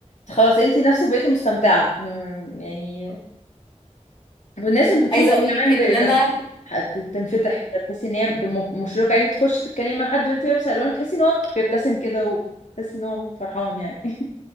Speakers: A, on the left; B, on the left.
A: خلاص انتي نفسك بقيتي مستمتعه مم، يعني والناس اللي بتشوفك
B: عايزة اقول
A: كمان
B: لك ان
A: بنفس
B: انا
A: بتنفتح كده تحسي ان هي بم- مشرقه يعني تخشي تتكلمي مع حد وانتي لابسه الوان بتحسي ان هو بيبتسم كده وتحسي ان هو فرحان يعني <laughs>